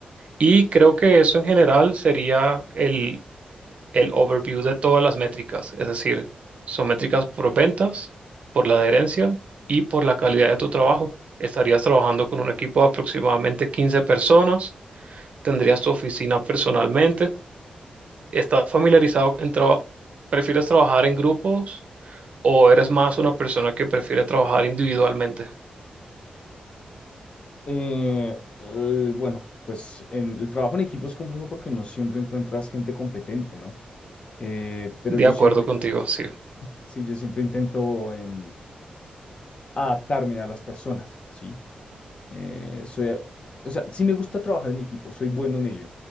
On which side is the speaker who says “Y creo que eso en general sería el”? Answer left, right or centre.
Right